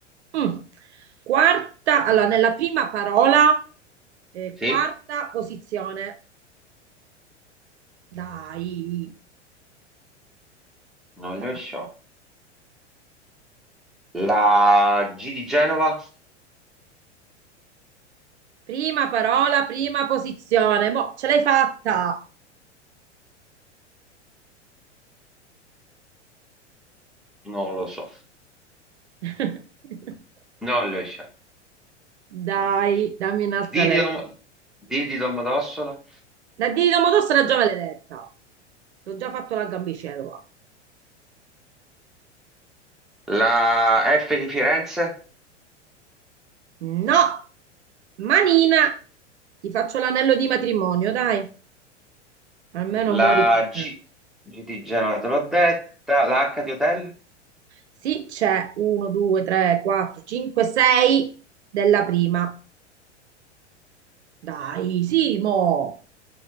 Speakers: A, on the right; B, in the centre.
A: Mm. Quarta, allora, nella prima parola, eh,
B: sì?
A: quarta posizione. Dai,
B: Non
A: dai.
B: le so. La G di Genova,
A: Prima parola, prima posizione. Boh, ce l'hai fatta.
B: non lo so.
A: <laughs>
B: Non le so.
A: Dai,
B: Non lo so.
A: dammi un'altra
B: D
A: lettera.
B: di Dom- D di Domodossola,
A: La di Domodossola era già maledetta. Ti ho già fatto la gambicella.
B: la F di Firenze.
A: No, manina, ti faccio l'anello di matrimonio, dai, almeno
B: La
A: muori contento.
B: G, G di Genova te l'ho detta, la H di Hotel?
A: Sì, c'è 1, 2, 3, 4, 5, 6 della prima. Dai, Simo,